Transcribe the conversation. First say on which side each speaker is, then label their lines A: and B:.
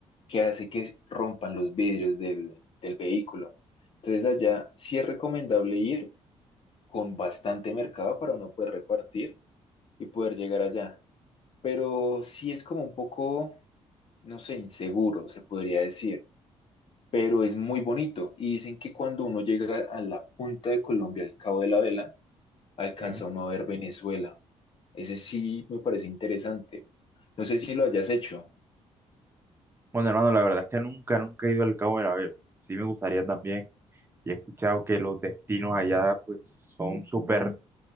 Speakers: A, on the left (about 50°); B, on the right (about 20°).
A: que hace que rompan los vidrios del, del vehículo. Entonces allá sí es recomendable ir con bastante mercado para uno poder repartir y poder llegar allá. Pero sí es como un poco, no sé, inseguro, se podría decir. Pero es muy bonito. Y dicen que cuando uno llega a la punta de Colombia, al Cabo de la Vela, alcanza
B: ¿sí?
A: uno a ver Venezuela. Ese sí me parece interesante. No sé si lo hayas hecho.
B: Bueno, hermano, la verdad es que nunca, nunca he ido al Cabo de la Vela. Sí me gustaría también. Y he escuchado que los destinos allá, pues, son súper,